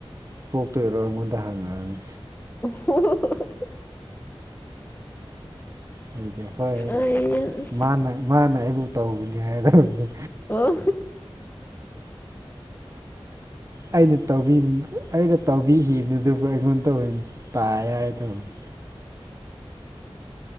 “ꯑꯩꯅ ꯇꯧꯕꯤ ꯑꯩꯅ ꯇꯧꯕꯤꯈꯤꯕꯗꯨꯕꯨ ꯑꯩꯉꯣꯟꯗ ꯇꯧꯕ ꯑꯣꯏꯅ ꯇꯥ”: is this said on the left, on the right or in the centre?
Right